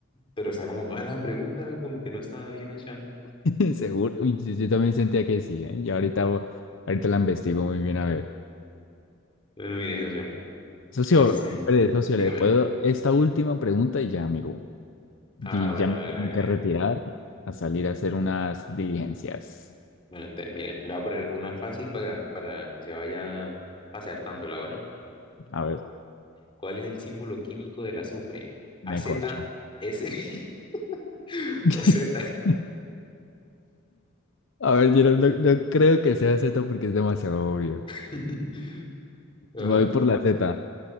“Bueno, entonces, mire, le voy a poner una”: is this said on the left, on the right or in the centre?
Left